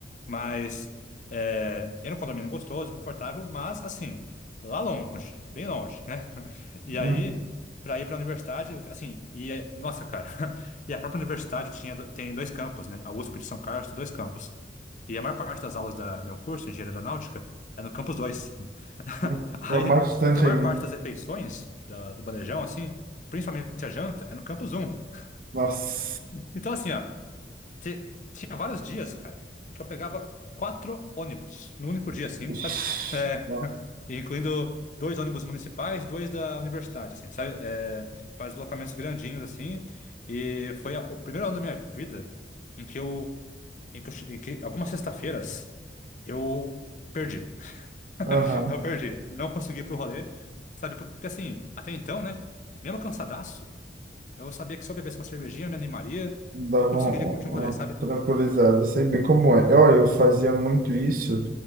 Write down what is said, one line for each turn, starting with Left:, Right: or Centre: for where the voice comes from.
Left: mas é, era um condomínio gostoso, confortável, mas assim, lá longe, bem longe, né? <laughs> E aí,
Right: uhum,
Left: para ir para a universidade, assim, e é- nossa, cara, <laughs> e a própria universidade tinha, do- tem dois campos, né? A USP de São Carlos tem dois campos. E a maior parte das aulas da, do meu curso, Engenharia Aeronáutica, é no campus 2. <laughs>
Right: uhum.
Left: Aí,
Right: É o mais distante
Left: só que a maior
Right: ainda.
Left: parte das refeições da- do bandejão, assim, principalmente a janta, é no campus 1. <laughs>
Right: Nossa.
Left: Então, assim, ó. Te- Tinha vários dias, cara, que eu pegava quatro ônibus no único dia, assim,
Right: Ixi,
Left: sabe? É,
Right: nossa.
Left: Incluindo dois ônibus municipais, dois da universidade, assim, sabe? É, para deslocamentos grandinhos, assim. E foi a- o primeiro ano da minha vida em que eu, em que, eu che- em que algumas sextas-feiras eu perdi.
Right: Aham.
Left: <laughs> Eu perdi. Não consegui ir pro rolê, sabe? Porque, assim, até então, né? Mesmo cansadaço, eu sabia que se eu bebesse uma cervejinha, eu me animaria
Right: Dava
Left: e conseguiria
Right: uma, uma
Left: curtir um rolê, sabe?
Right: tranquilizada, sei bem como é. Olha, eu fazia muito isso.